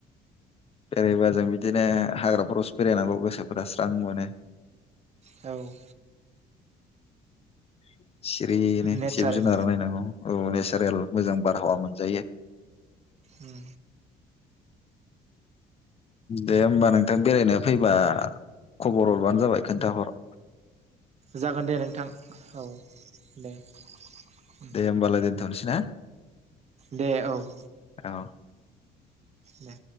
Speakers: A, on the left (about 35°); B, on the right (about 40°).
A: बेरैबा जों बिदिनो हाग्राफोरावसो बेरायनांगौ गोसोफोरा स्रां मोनो।
B: औ
A: <inaudible> सिरिनो
B: नेचारेल
A: सिब जुनारा नायनांगौ औ दे नेसारेल मोजां बारहावा मोनजायो।
B: उम
A: दे होमबा नोंथां बेरायनो फैबा खबर हरबानो जाबाय खोनथाहर
B: जागोन दे नोंथां औ दे उम
A: दे होमबालाय दोनथ'नोसै ना
B: दे औ उम
A: औ
B: दे